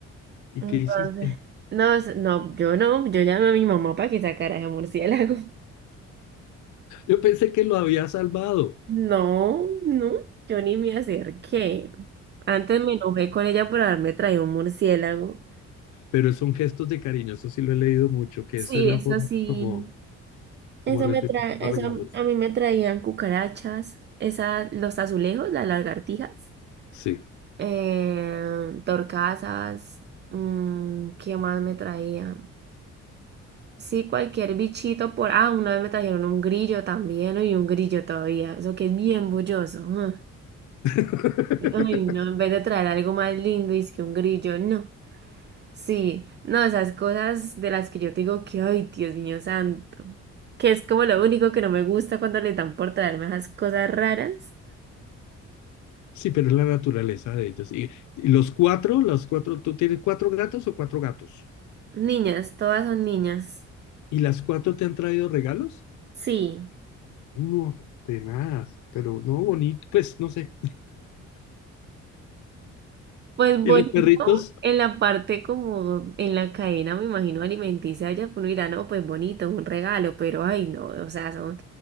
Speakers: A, on the left; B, on the right.
A: ¿Y
B: Entonces,
A: qué hiciste?
B: no, es- no, yo no, yo llamé a mi mamá para que sacara ese murciélago. <laughs>
A: Yo pensé que lo había salvado,
B: No, no, yo ni me acerqué. Antes me enojé con ella por haberme traído un murciélago.
A: pero son gestos de cariño, eso sí lo he leído mucho, que
B: Sí,
A: esa es la
B: eso
A: forma
B: sí.
A: como, como
B: Eso
A: retribuyendo
B: me trae,
A: regalos.
B: eso a mí me traían cucarachas, esa, los azulejos, las lagartijas,
A: Sí.
B: eh, torcasas, mm, ¿qué más me traían? Sí, cualquier bichito por... Ah, una vez me trajeron un grillo también, y un grillo todavía, eso que es bien bulloso. ah.
A: <laughs>
B: Ay, no, en vez de traer algo más lindo, es que un grillo, no. Sí, no, esas cosas de las que yo te digo que, ay, Dios mío santo, que es como lo único que no me gusta cuando le dan por traerme esas cosas raras.
A: Sí, pero es la naturaleza de ellos. Y, y los cuatro, los cuatro, ¿tú tienes cuatro gatos o cuatro gatos?
B: Niñas, todas son niñas.
A: ¿Y las cuatro te han traído regalos?
B: Sí,
A: No, tenaz, pero no bonito, pues no sé.
B: pues bonito
A: ¿Y los perritos?
B: en la parte como en la cadena, me imagino, alimenticia, ya uno dirá, no, pues bonito, un regalo, pero ay, no, o sea, son,